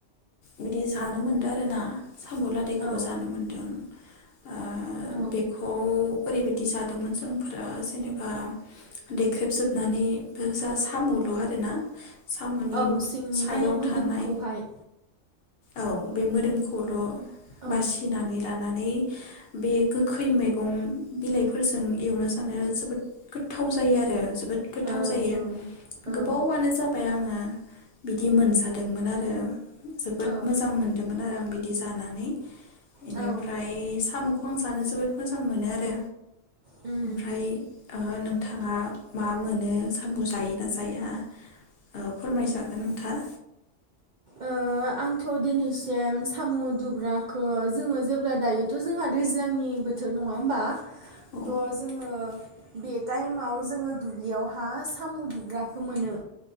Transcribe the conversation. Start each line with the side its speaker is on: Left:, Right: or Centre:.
Left: बिदि जानो मोनदों आरोना साम' लादायखौबो
Right: औ
Left: जानो मोन्दों। अ
Right: औ
Left: बेखौ ओरैबायदि जादोंमोन जोंफोरा जेनेबा देख्रेबजोबनानै जा साम'ल' आरोना साम'नि
Right: औ सिंनि
Left: सायाव
Right: माने मोदोमखौहाय
Left: थानाय औ बे मोदोमखौल'
Right: औ
Left: बासिनानै दानानै बे गोखै मै बिलाइफोरजों एवना जानो जोबोद गोथाव जायो आरो। जोबोद गोथाव
Right: औ
Left: जायो
Right: औ औ
Left: गोबावआनो जाबाय आङो बिदि मोनजादोंमोन आरो। जोबोद
Right: औ
Left: मोजां मोनदोंमोन आरो आं। बिदि जानानै। इनिफ्राय
Right: औ
Left: साम'ख खौ आं जानो जोबोद मोजां मोनो आरो।
Right: उम
Left: ओमफ्राय ओ नोंथाङा मा मोनो सामु जायो ना जाया ओ फोरमायजागोन नोंथांआ।
Right: ओ आंथ' दिनैसिम सामु दुब्राखो जोङो जेब्ला दायोथ' जोंहा दैज्लांनि बोथोर नङा होमबा थ'
Left: औ
Right: जोङो बे टाइमाव जोङो दुब्लियावहा सामु दुब्राखो मोनो।